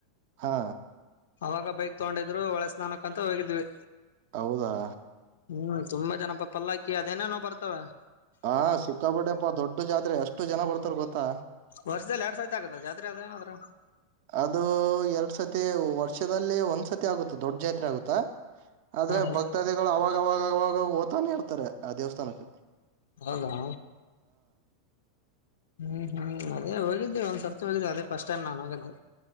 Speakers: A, on the right; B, on the left.
A: ಹಾ
B: ಅವಾಗ ಬೈಕ್ ತಗೊಂಡಿದ್ರು ಹೋಳೆ ಸ್ನಾನಕ್ಕ ಅಂತ ಹೋಗಿದ್ವಿ
A: ಹೌದಾ
B: ಹ್ಮ್ ತುಂಬಾ ಜನಪ್ಪ ಪಲ್ಲಾಕ್ಕಿ ಅದೇನೇನೋ ಬರ್ತಾವ
A: ಹಾ ಸಿಕ್ಕಾಪಟ್ಟೆ ಪ್ಪು ದೊಡ್ಡ ಜಾತ್ರೆ ಎಷ್ಟು ಜನ ಬರ್ತಾರ ಗೊತ್ತಾ
B: ವರ್ಷದಲ್ಲಿ ಎರಡ್ ಸಾರತಿ ಆಗತ್ತ ಜಾತ್ರೆ ಆದ ಏನಾದ್ರ
A: ಅದು ಎರಡ್ ಸತಿ ವರ್ಷದಲ್ಲಿ ಒಂದ್ಸತಿ ಆಗುತ್ತಾ ದೊಡ್ ಜಾತ್ರೆ ಆಗುತ್ತ ಆದ್ರೆ
B: ಹಾ ಹಾ
A: ಭಕ್ತಾದಿಗಳು ಅವಾಗಾಗ ಅವಾಗ ಹೋಗತ್ತಾನೆ ಇರತ್ತಾರೆ ಆ ದೇವಸ್ಥಾನಕ್
B: ಹೌದಾ ಹ್ಮ್ ಹ್ಮ್ ಅದೇ ಹೋಗಿದ್ದವಿ ಒಂದ್ಸರ್ತ ಹೋಗಿದ್ದು ಅದೇ ಫಸ್ಟ್ ಟೈಮ್ ನಾನ್ ಹೋಗಿದ್ದೆ